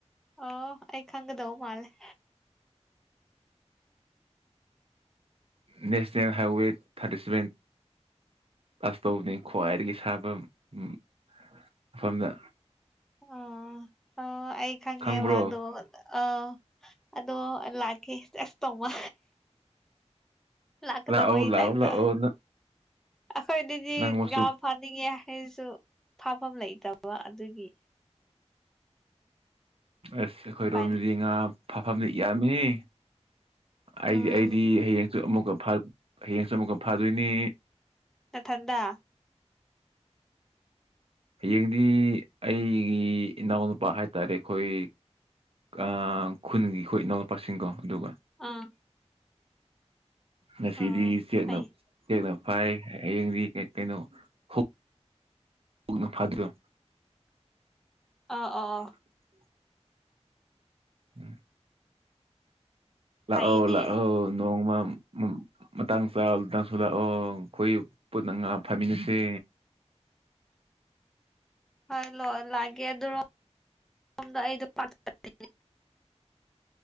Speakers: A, in the centre; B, on the right (about 55°).
A: ꯑ‌ꯣ ꯑꯩ ꯈꯪꯒꯗꯧ ꯃꯥꯜꯂ‌ꯦ
B: ꯅꯦꯁꯅꯦꯜ ꯍꯥꯏꯋꯦ ꯊꯥꯔꯇꯤ ꯁꯚꯦꯟ ꯑꯁ ꯇꯧꯕꯅꯤ ꯈ꯭ꯋꯥꯏꯗꯒꯤ ꯁꯥꯕ ꯎꯝ ꯃꯐꯝꯗ
A: ꯑꯝ ꯑꯩ ꯈꯪꯉ‌ꯦꯕ
B: ꯈꯪꯕ꯭ꯔꯣ
A: ꯑꯗꯨ ꯑꯗ ꯑ‌ꯣ ꯑꯗꯣ ꯂꯥꯛꯀꯦ ꯖꯁ ꯇꯧꯃ ꯂꯥꯛꯀꯗꯕ
B: ꯂꯥꯛꯑꯣ ꯂꯥꯛꯑꯣ
A: ꯏ ꯇꯥꯏꯞ
B: ꯂꯥꯛꯑꯣ
A: ꯇ ꯑꯩꯈꯣꯏꯗꯗꯤ
B: ꯅꯪ ꯃꯆꯨ
A: ꯉꯥ ꯐꯥꯅꯤꯡꯉꯦ ꯍꯥꯏꯔꯁꯨ ꯐꯥꯐꯝ ꯂꯩꯇꯕ ꯑꯗꯨꯒꯤ
B: ꯑꯁ ꯑꯩꯈꯣꯏꯔꯣꯝꯗꯗꯤ
A: ꯎꯄꯥꯏꯅꯦ
B: ꯉꯥ ꯐꯥꯐꯝꯗꯤ ꯌꯥꯝꯃ‌ꯦꯍ‌ꯦ ꯑꯩꯗꯤ
A: ꯎꯝ
B: ꯑꯩꯗꯤ ꯍꯌꯦꯡꯁꯨ ꯑꯃꯨꯛꯀ ꯐꯥ ꯍꯌꯦꯡꯁꯨ ꯑꯃꯨꯛꯀ ꯐꯥꯗꯣꯏꯅꯦ
A: ꯅꯊꯟꯗ
B: ꯍꯌꯦꯡꯗꯤ ꯑꯩꯒꯤ ꯏꯅꯥꯎꯅꯨꯄꯥ ꯍꯥꯏꯇꯥꯔꯦ ꯑꯩꯈꯣꯏ ꯑ ꯈꯨꯟꯒꯤ ꯑꯩꯈꯣꯏ ꯏꯅꯥꯎꯄꯥꯁꯤꯡꯗꯣ ꯑꯗꯨꯒ
A: ꯑꯥ
B: ꯅꯉꯁꯤꯗꯤ
A: ꯑꯥ
B: ꯆꯦꯛꯅꯞ
A: ꯐꯩ
B: ꯆꯦꯛꯅꯞ ꯐꯥꯏ ꯍꯌꯦꯡꯗꯤ ꯀ ꯀꯩꯅꯣ ꯍꯨꯛ ꯄꯨꯅ ꯐꯥꯗ꯭ꯔ
A: ꯑꯥ ꯑꯥ
B: <unintelligible> ꯎꯝ
A: ꯐꯩꯅꯦ
B: ꯂꯥꯛꯑꯣ ꯂꯥꯛꯑꯣ ꯅꯣꯡꯃ ꯎꯝ ꯎꯝ ꯃꯇꯥꯡ ꯆꯥꯕꯗ ꯅꯁꯨ ꯂꯥꯛꯑꯣ ꯑꯩꯈꯣꯏ ꯄꯨꯟꯅ ꯉꯥ ꯐꯥꯃꯤꯟꯅꯁꯦ
A: ꯍ‌ꯣꯏ ꯂ ꯂꯛꯒꯦ ꯑꯗꯨꯔꯣ ꯁ‌ꯣꯝꯗ ꯑꯩꯗ‌ꯣ ꯄꯥꯠ ꯄꯥꯟ <inaudible>